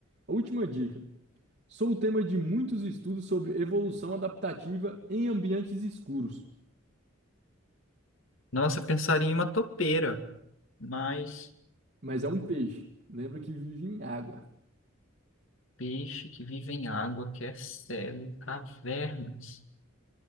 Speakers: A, on the right; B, on the left.
A: a última dica. Sou o tema de muitos estudos sobre evolução adaptativa em ambientes escuros.
B: Nossa, eu pensaria em uma topeira, mas
A: Mas é um peixe. Lembra que vive em água.
B: peixe que vive em água, que é cego, em cavernas.